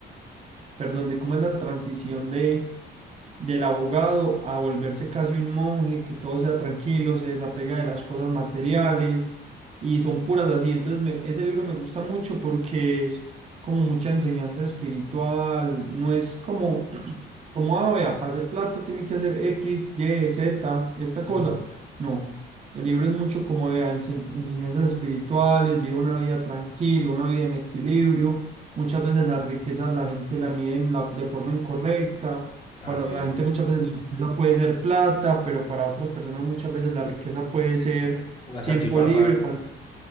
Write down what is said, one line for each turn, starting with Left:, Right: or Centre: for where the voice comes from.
Right: <clears throat> perdón, de cómo es la transición de del abogado a volverse casi un monje, que todo sea tranquilo, se desapega de las cosas materiales y son puras así. Entonces, me- ese libro me gusta mucho porque es como mucha enseñanza espiritual, no es como, <clears throat> como, ah, vea, para hacer plata tiene que hacer X, Y, Z, esta
Left: Ujú.
Right: cosa. No. El libro es mucho como de enseñanzas espirituales, vive una vida tranquila, una vida en equilibrio. Muchas veces la riqueza la gente la mide en la- de forma incorrecta
Left: Así
Right: para la
Left: es.
Right: gente muchas veces la riqueza puede ser plata, pero para otras personas muchas veces la riqueza puede ser
Left: Una
Right: tiempo
Left: salchipapa.
Right: libre. pasar-